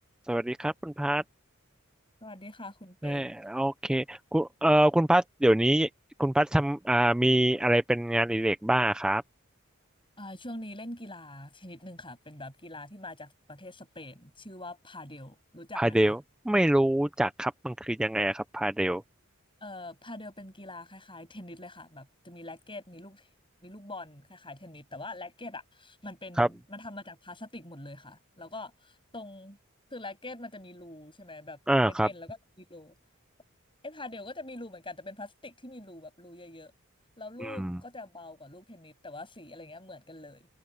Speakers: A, in the centre; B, on the left (about 25°).
A: สวัสดีครับคุณพัท
B: สวัสดีค่ะคุณเป็ด
A: แม่โอเคคุณเอ่อคุณพัทเดี๋ยวนี้คุณพัททำอ่ามีอะไรเป็นงานอดิเรกบ้างครับ
B: อ่าช่วงนี้เล่นกีฬาชนิดหนึ่งค่ะเป็นแบบกีฬาที่มาจากประเทศสเปนชื่อว่าพาเดลรู้จักไหมคะ
A: พาเดลไม่รู้จักครับมันคือยังไงอะครับพาเดล
B: เอ่อพาเดลเป็นกีฬาคล้ายๆเทนนิสเลยค่ะแบบจะมีแร็กเกตมีลูกมีลูกบอลคล้ายๆเทนนิสแต่ว่าแร็กเกตอ่ะมันเป็นมันทำมาจากพลาสติกหมดเลยค่ะแล้วก็
A: ครับ
B: ตรงคือแร็กเกตมันจะมีรูใช่ไหมแบบเป็นเอ็นแล้วก็มีรู
A: อ่าครับ
B: ไอ้พาเดลก็จะมีรูเหมือนกันแต่เป็นพลาสติกที่มีรูแบบรูเยอะๆแล้วลูกก็จะเบากว่าลูกเทนนิสแต่ว่าสีอะไรเงี้ยเหมือนกันเลย
A: อืม